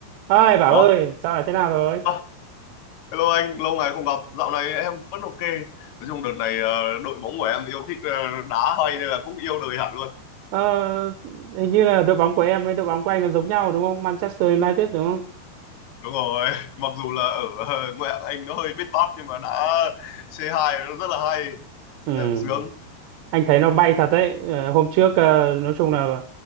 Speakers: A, on the right (about 80°); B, on the left (about 85°).
A: ơi Bảo
B: Ủa?
A: ơi sao lại thế nào rồi
B: À, hello anh, lâu ngày không gặp. Dạo này em vẫn ok. Nói chung đợt này ờ, đội bóng của em yêu thích ờ, đá hay nên là cũng yêu đời hẳn luôn.
A: ờ, hình như là đội bóng của em với đội bóng của anh là giống nhau đúng không Manchester United đúng không
B: Đúng rồi, <laughs> mặc dù là ở ờ, ngoại hạng Anh nó hơi biết bát nhưng mà đá C2 nó rất là hay.
A: ừ.
B: Xem sướng.
A: anh thấy nó bay thật đấy Ờ, hôm trước ờ, nói chung là